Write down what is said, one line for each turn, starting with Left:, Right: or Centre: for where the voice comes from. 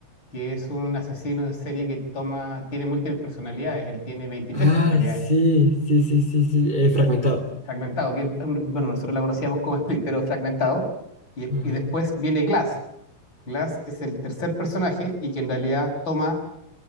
Left: Que es un asesino en serie que toma, tiene múltiples personalidades, él tiene 23
Right: Ay,
Left: personalidades.
Right: sí, sí, sí, sí, sí, eh, fragmentado.
Left: Fragmentado, que um, bueno, nosotros la conocíamos como Split, pero Fragmentado. Y,
Right: Ajá.
Left: y después viene Glass. Glass es el tercer personaje y que en realidad toma